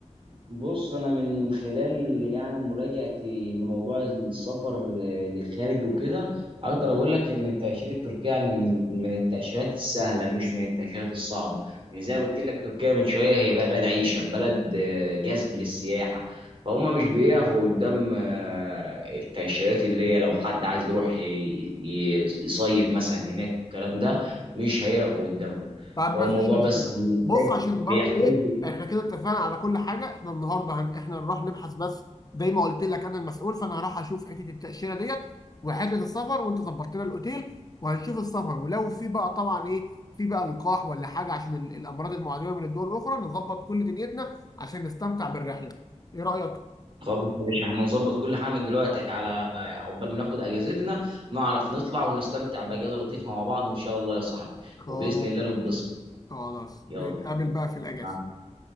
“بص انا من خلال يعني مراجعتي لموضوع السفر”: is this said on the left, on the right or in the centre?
Right